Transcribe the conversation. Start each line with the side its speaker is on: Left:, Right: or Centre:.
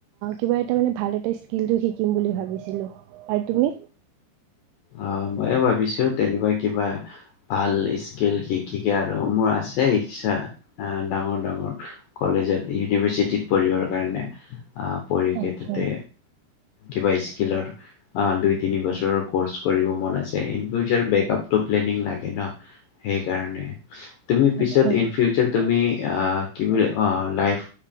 Right: কিবা এটা মান ভ এটা স্ক্ৰিল শিকি শিকিম বুলি ভাবিছিলোঁ আৰু তুমি
Left: অ ময়ো ভাবিছো তেনেকুৱা কিবা। ভাল স্ক্ৰীল। কি কে আৰু মোৰ আছে ইচ্ছা ডাঙৰ ডাঙৰ কলেজত ই ইউনিভাৰ্চিটিত পঢ়িবৰ কাৰণে পঢ়িকৈ
Right: আচ্ছা
Left: তাতে কিবা স্কিলৰ দুই তিনি বছৰৰ ক'ৰ্চ কৰিব মন আছে ফিউচাৰ বেকাপটৌ প্লা নীং শ সেই কাৰণে। তুমি পিছত
Right: আচ্ছা
Left: ইন ফিউচাৰ তুমি কি বুলি লাইফ